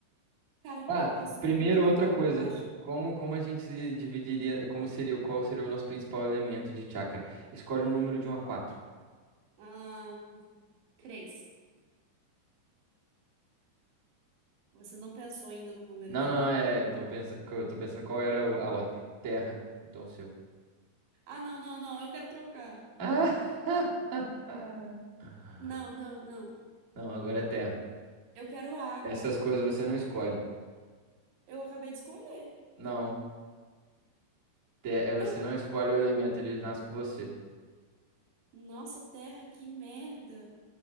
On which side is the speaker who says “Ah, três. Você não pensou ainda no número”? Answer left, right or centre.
Right